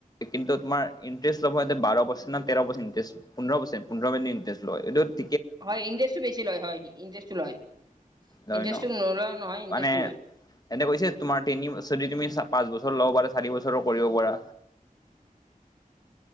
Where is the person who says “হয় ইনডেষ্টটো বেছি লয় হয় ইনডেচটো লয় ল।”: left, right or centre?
Right